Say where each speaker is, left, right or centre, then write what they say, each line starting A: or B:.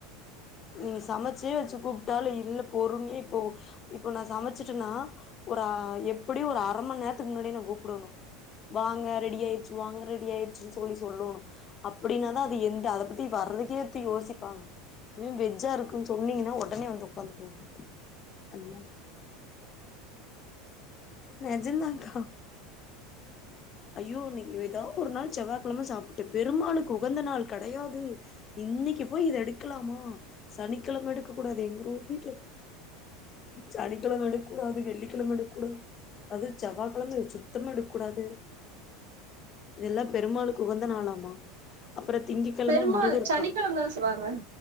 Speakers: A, on the left; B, on the right.
A: நீங்க சமைச்சே வச்சு கூப்ட்டாலு இல்ல பொறுமையா இப்போ இப்போ நா சமச்சுட்டேன்னா ஒரு அ எப்டியு ஒரு அர மண் நேரத்துக்கு முன்னாடி நா கூப்டணு வாங்க ரெடி ஆயிருச்சி வாங்க ரெடி ஆயிருச்சி தோழி சொல்லும் அப்டின்னாதா அது எந்த அத பத்தி வறதுக்கே அத்து யோசிப்பாங்க இதிலியும் வெஜ்ஜா இருக்குன் சொன்னீங்கன்னா ஒடனே வந்து ஒக்காந்துக்குவாங்க அந்த மாரி நெஜந்தாக்கா ஐயோ அன்னிக்கு எதா ஒரு நாள் செவ்வகெழம சாப்ட்டு பெருமாளுக்கு உகந்த நாள் கடையாது இன்னைக்கு போயி இத எடுக்கலாமா சனிக்கெழம எடுக்க கூடாது எங்குரு வீட்ல சனிக்கெழம எடுக்கூடாது வெள்ளிக்கெழம எடுக்கூடாது செவ்வாகெழம சுத்தமா எடுக்கூடாது இதெல்லா பெருமாளுக்கு உகந்த நாளாமா அப்புறம் திங்க கெழம
B: பெருமாள்
A: முருகர்க்கா
B: சனிக்கிழம தான செய்வாங்க